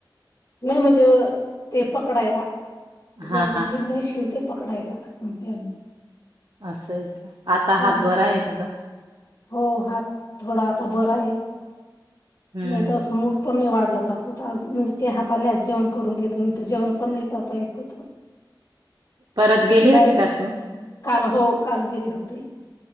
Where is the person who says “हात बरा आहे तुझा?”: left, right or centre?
Right